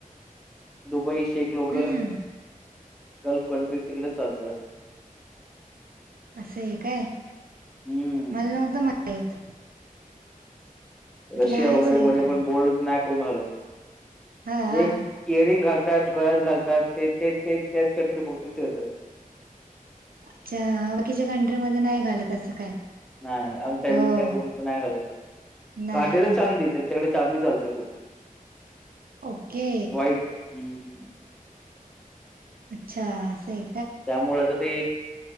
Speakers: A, in the centre; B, on the right.
A: दुबई. शेख लोक
B: हम्म
A: गल्फ कंट्रीज तिकडेच चालतय.
B: असं एय काय?
A: हम्म
B: मला नव्हतं महित.
A: रशिया
B: आहे
A: वगैरे
B: सगळीकडे
A: मधे पण गोल्ड स्नेक कोण आलं?
B: हा
A: जे
B: हा
A: इयररिंग घालतात गळ्यात घालतात. ते ते ते त्याच कंट्री फक्त फिरतात.
B: अच्छा बाकीच्या कंट्री मध्ये नाही घालत असं काय.
A: नाही, अंगठ्या
B: हो
A: बिंगठ्या कोण नाही घालत
B: नाही
A: घाटी
B: नाही
A: तर चांदी त्यांच्याकडे चांदी चालते खूप.
B: ओके
A: वाईट हम्म.
B: अच्छा असय.
A: त्यामुळं त ते